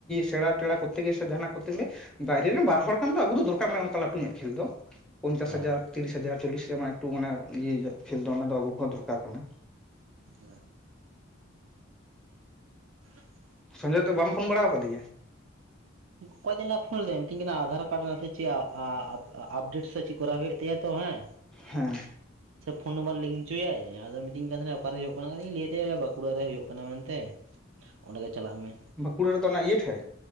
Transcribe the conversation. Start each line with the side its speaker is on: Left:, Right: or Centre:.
Centre: ᱥᱮᱬᱟ ᱴᱮᱲᱟ ᱠᱚᱨᱛᱮ ᱜᱮ ᱥᱮ ᱡᱟᱦᱟᱱᱟᱜ ᱠᱚᱨᱛᱮ ᱜᱮ ᱵᱟᱭᱨᱮ ᱨᱮᱱ ᱵᱟᱨ ᱦᱚᱲ ᱜᱟᱱ ᱫᱚ ᱟᱹᱜᱩ ᱫᱚᱨᱠᱟᱨ ᱢᱮᱱᱟᱜᱼᱟ ᱚᱱᱠᱟ ᱞᱟᱹᱴᱩ ᱧᱚᱜ ᱠᱷᱮᱞ ᱫᱚ ᱯᱚᱧᱪᱟᱥ
Right: ᱦᱮᱸ
Centre: ᱦᱟᱡᱟᱨ ᱛᱤᱨᱤᱥ ᱦᱟᱡᱟᱨ ᱪᱚᱞᱤᱥ ᱦᱟᱡᱟᱨ ᱢᱟ ᱮᱠᱴᱩ ᱢᱟᱱᱮ ᱤᱭᱟᱹᱧᱚᱜ ᱠᱷᱮᱞ ᱫᱚ ᱚᱱᱟ ᱟᱹᱜᱩ ᱦᱚᱸ ᱫᱚᱨᱠᱟᱨ ᱠᱟᱱᱟ
Right: <inaudible> <inaudible>
Centre: ᱛᱟᱦᱮᱞᱮ ᱫᱚ ᱵᱟᱢ ᱯᱷᱱ ᱵᱟᱲᱟᱣ ᱟᱠᱟᱫᱮᱭᱟ
Right: ᱚᱠᱚᱭ ᱫᱤᱱᱟ ᱫᱤᱱ ᱯᱷᱳᱱ ᱞᱮᱜᱭ ᱢᱤᱛᱟᱹᱧ ᱠᱟᱱᱟ ᱟᱫᱷᱟᱨ ᱠᱟᱨᱰ ᱱᱟᱥᱮ ᱪᱮᱫ ᱟᱯᱰᱮᱴ ᱥᱮ ᱪᱮᱫ ᱠᱚᱨᱟᱣ ᱦᱩᱭᱩᱜᱼᱟ ᱛᱮᱭᱟ ᱛᱚ ᱦᱮᱸ
Centre: ᱦᱮᱸ
Right: ᱥᱮ ᱯᱷᱳᱱ ᱱᱟᱢᱵᱟᱨ ᱞᱤᱝᱠ ᱦᱚᱪᱚᱭᱟᱭ ᱟᱫᱚ ᱢᱤᱛᱟᱹᱧ ᱠᱟᱱ ᱛᱟᱦᱮᱱᱟ ᱚᱠᱮ ᱦᱩᱭᱩᱜ ᱠᱟᱱᱟ ᱟᱫᱚᱧ ᱞᱟᱹᱭ ᱟᱫᱮᱭᱟ ᱵᱟᱸᱠᱩᱲᱟ ᱨᱮ ᱦᱩᱭᱩᱜ ᱠᱟᱱᱟ ᱢᱮᱱᱛᱮ ᱚᱸᱰᱮ ᱜᱮ ᱪᱟᱞᱟᱜ ᱢᱮ
Centre: ᱵᱟᱸᱠᱩᱲᱟ ᱨᱮᱫᱚ ᱚᱱᱟ ᱤᱭᱟᱹ ᱴᱷᱮᱡ